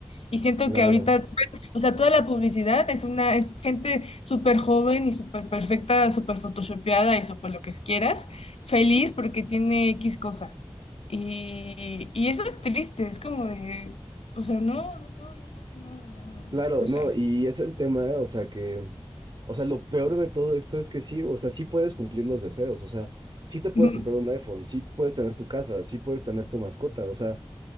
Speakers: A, on the left; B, on the right.
A: Y siento
B: Claro.
A: que ahorita, pues, o sea, toda la publicidad es una, es gente súper joven y súper perfecta, súper photoshopeada y súper lo que quieras, feliz porque tiene X cosa. Y, y eso es triste, es como de, o sea, no, no, no, no, no, no, no, no
B: Claro,
A: no
B: no,
A: sé.
B: y es el tema, o sea que, o sea, lo peor de todo esto es que sí, o sea, sí puedes cumplir los deseos, o sea, sí te puedes
A: <laughs>
B: comprar un iPhone, sí puedes tener tu casa, sí puedes tener tu mascota, o sea,